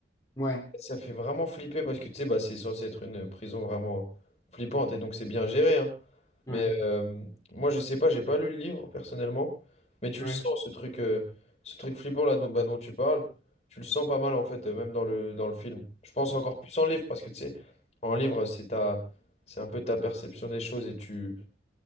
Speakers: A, on the left (about 20°); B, on the left (about 35°).
A: Ouais,
B: Ça fait vraiment flipper parce que tu sais, bah, c'est censé être une prison vraiment flippante et donc c'est bien géré, hein.
A: ouais,
B: Mais euh, moi, je sais pas, j'ai pas lu le livre personnellement, mais tu
A: ouais,
B: le sens ce truc, euh, ce truc flippant là dont, bah, dont tu parles, tu le sens pas mal en fait, euh, même dans le, dans le film. Je pense encore plus en livre parce que tu sais, en livre, c'est ta, c'est un peu ta perception des choses et tu,